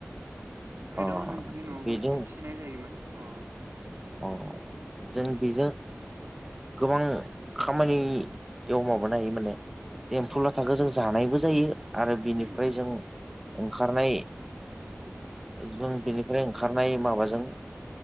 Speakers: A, on the right; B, in the centre.
A: गोदोआव
B: अ
A: जोंहानि न'आवबो
B: बेजों
A: एसे फि खिनाय जायोमोन अ
B: अ जों बेजों गोबां खामानियाव माबानो हायो माने एम्फु लाथाखो जों जानायबो जायो आरो बिनिफ्राय
A: उम उम
B: जों ओंखारनाय जों बेनिफ्राय ओंखारनाय माबाजों